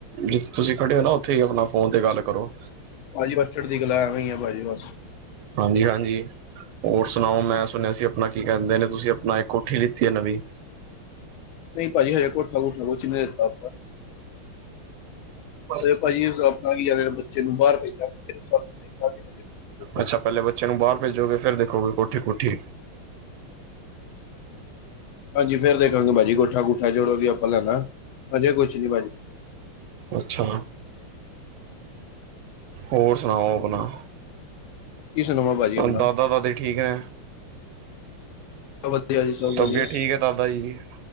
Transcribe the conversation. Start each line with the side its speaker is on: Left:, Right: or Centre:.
Right: ਜਿੱਥੇ ਤੁਸੀਂ ਖੜੇ ਹੋ ਨਾ ਉੱਥੇ ਹੀ ਆਪਣਾ ਫੋਨ ਤੇ ਗੱਲ ਕਰੋ।
Left: ਭਾਜੀ ਬਸ ਚੜ੍ਹਦੀ ਕਲਾ ਐਵੇ ਹੀ ਆ ਭਾਜੀ ਬਸ।
Right: ਹਾਂਜੀ-ਹਾਂਜੀ। ਹੋਰ ਸੁਨਾਓ ਮੈਂ ਸੁਣਿਆ ਸੀ ਆਪਣਾ ਕੀ ਕਹਿੰਦੇ ਨੇ ਤੁਸੀਂ ਆਪਨਾ ਇੱਕ ਕੋਠੀ ਲਿੱਤੀ ਏ ਨਵੀਂ?
Left: ਨਹੀਂ ਪਾਜੀ ਹਜੇ ਕੋਠਾ - ਕੁੱਠਾ ਕੁੱਛ ਨੀ ਲਿੱਤਾ।
Right: <inaudible>
Left: ਅਰੇ ਭਾਜੀ ਆਪਣਾ ਕੀ ਜਾਣੇ ਬੱਚੇ ਨੂੰ ਬਾਹਰ ਭੇਜਾਂਗੇ ਫਿਰ ਸਭ ਦੇਖਾਂਗੇ ਹਜੇ ਕੁਛ ਨੀ ਕੀਤਾ।
Right: ਅੱਛਾ ਪਹਿਲੇ ਬੱਚੇ ਨੂੰ ਬਾਹਰ ਭੇਜੋਗੇ ਫ਼ੇਰ ਦੇਖੋਗੇ ਕੋਠੀ- ਕੁਠੀ।
Left: ਹਾਂਜੀ ਫੇਰ ਦੇਖਾਂਗੇ ਭਾਜੀ ਕੋਠਾ-ਕੂਠਾ ਜੜੋ ਵੀ ਆਪਾਂ ਲੈਨੈ ਹਜੇ ਕੁਛ ਨੀ ਭਾਜੀ।
Right: ਅੱਛਾ ਹੋਰ ਸੁਣਾਓ ਆਪਣਾ।
Left: ਕੀ ਸੁਣਾਵਾਂ ਭਾਜੀ ਆਪਣਾ
Right: ਦਾਦਾ- ਦਾਦੀ ਠੀਕ ਏ
Left: ਸਭ ਵਧੀਆ ਜੀ ਸਭ
Right: ਤਬੀਅਤ
Left: ਵਧੀਆ
Right: ਠੀਕ ਏ ਦਾਦਾ ਜੀ ਦੀ